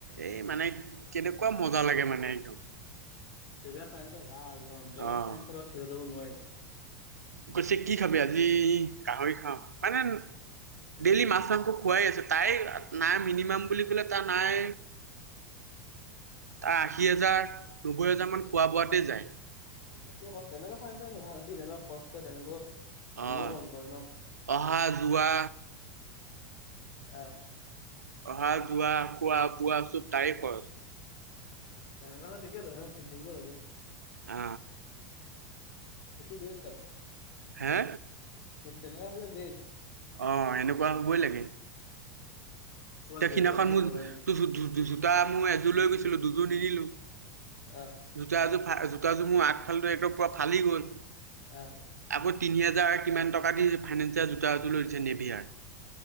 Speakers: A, on the right; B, on the left.
A: এই মানে কেনেকুৱা মজা লাগে মানে একদম।
B: সেইবিলাক ফাইনেন্ঞ্চে ভাল ন, বেলেগ
A: অ'
B: ফাইনেন্ঞ্চাৰ লগত খেলিব যাব নোৱাৰি।
A: কৈছে কি খাবি, আজি গাহৰি খাওঁ। মানে ডেইলি মাছ মাংস খোৱাই আছে, তাই নাই মিনিমাম বুলি কলে তাৰ নাই তাৰ আশী হাজাৰ, নব্বৈ হাজাৰ মান খোৱা বোৱাতে যায়।
B: উম সেইটো হয়, তেনেকুৱা ফাইনেন্সাৰ ভাল, সি যেনেকা খৰচ কৰে তেনেকৈ
A: অ'।
B: দিবও মন কৰে ন।
A: অহা যোৱা।
B: অ,
A: অহা-যোৱা, খোৱা-বোৱা চ'ব তাৰে খৰচ।
B: তেনেকুৱা হয়, ঠিকে তেনেহ খেলি থাকিব লাগে।
A: অ,
B: সেইটো বেষ্ট আৰু।
A: হে?
B: সেই তেনেকুৱা হ'লে বেছ
A: অ, এনেকুৱা হ'বই লাগে।
B: ক'ৰবাত
A: তেইখিদিনাখন
B: গেছ ভাবিচোন
A: মোৰ,
B: কনেম
A: ত জোতা মোৰ, এযোৰ লৈ গৈছিলো, দুযোৰ নিনিলো।
B: অ,
A: জোতা এযোৰা জোতাযোৰ, মোৰ আগফালেটো একদম পুৰা ফালি গ'ল।
B: অ,
A: আকৌ তিনি, হেজাৰ কিমান টকা দি ফাইনেন্সিয়াৰ, জোতা এযোৰ লৈ দিছে নেভিয়াৰ।